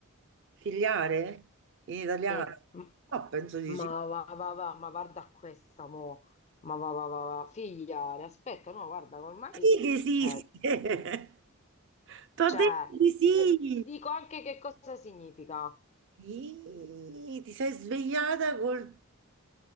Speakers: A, on the right; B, on the left.
A: Figliare? In Sì. italiano?
B: Sì. Mm.
A: No, penso di
B: Ma
A: sì.
B: va, va, va, ma guarda questa, mo. Ma va, va, va, va. Figliare, aspetta, no, guarda, ormai,
A: Sì che esiste!
B: cioè,
A: <laughs> T'ho
B: cioè,
A: detto di sì!
B: ti dico anche che cosa significa.
A: Ih, Ti sei svegliata col